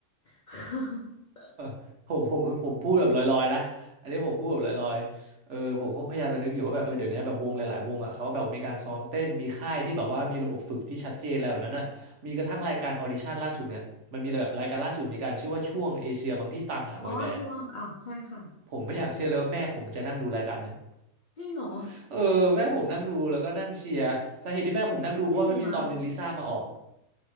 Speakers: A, on the left (about 75°); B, on the right (about 55°).
A: <laughs>
B: ๆ <laughs> ผมผมผมพูดแบบลอยๆนะอันนี้ผมพูดแบบลอยๆเออผมก็พยายามจะนึกอยู่ว่าแบบเออเดี๋ยวนี้แบบวงหลายๆวงอ่ะเขาแบบมีการซ้อมเต้นมีค่ายที่แบบว่ามีระบบฝึกที่ชัดเจนอะไรแบบนั้นอ่ะมีกระทั่งรายการออดิชั่นล่าสุดเนี่ยมันมีแบบรายการล่าสุดมีการชื่อว่าช่วงเอเชียบางที่ตามหาบอยแบนด์
A: อ๋อช่วงอ่ะใช่ค่ะ
B: ผมไม่อยากเชื่อเลยว่าแม่ผมจะนั่งดูรายการเนี่ย
A: จริงเหรอ
B: <laughs> เออแม่ผมนั่งดูแล้วก็นั่งเชียร์สาเหตุที่แม่ผมนั่งดูเพราะว่ามันมีตอนหนึ่งลิซ่ามาออก
A: ก็ดีนะ